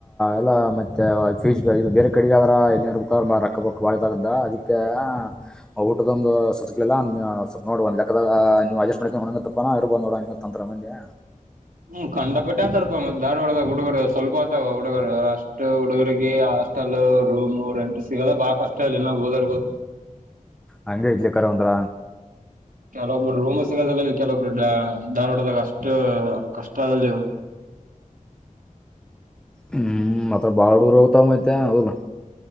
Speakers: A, in the centre; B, on the right (about 80°).
A: ಎಲ್ಲ ಮತ್ತೆ ಫೀಜ್ ಇದು ಬೇರೆ ಕಡೆಗ ಆದ್ರ ಎಲ್ಲಿ ಇರ್ಬೇಕ ರೊಕ್ಕ ಬೊಕ್ಕ ಬಾಿದಾಗದ ಅದಕ್ಕೆ ಊಟದೊಂದು ಸತ್ಕ್ಲಿಲ್ಲ ನೋಡ್ಬ್ ಲೆಕ್ಕದಾಗ ನೀವು ಅಡ್ಜಸ್ಟ್ ಮಾಡ ನೋಡ ತಪ್ಪಾನ ಇರ್ಬ್ ನೋಡಂಗ ತಂತ್ರ ಮುಂದೆ.
B: ಹ್ಮ್ ಕಂಡಪಟ್ಟೆ ಆತಾರಪ್ಪ ಮತ್ತ ಧಾರವಾಡದಾಗ ಹುಡುಗರು ಸ್ವಲ್ಪ ಆತವ ಹುಡುಗರು ಅಷ್ಟ್ ಹುಡುಗರಿಗೆ ಹಾಸ್ಟೆಲ್ ರೂಮ್ ರೆಂಟ್ ಸಿಗದ ಬಾಳ ಕಷ್ಟ ಇಲ್ಲಿ ನಾವು ಹೋದ.
A: ಹಂಗ ಇಡ್ಲಿಕ್ಕಾರ ಒಂದರ.
B: ಚಲೊ ಒಬ್ಬರು ರೂಮ ಸಿಗದಲ್ಲ. ಕೆಲವ ಕ್ರಡ ಧಾರ್ವಾಡದಾಗ ಅಷ್ಟು. ಅಷ್ಟು ಕಷ್ಟ ಆದದಲ್ಲಿ ಅವ.
A: ಹ್ಮ್ ಮಾತ್ರ ಬಾಳ ಹುಡುರು ಹೋಗ್ತಾವ ಮೈತೆ ಅದಲ್.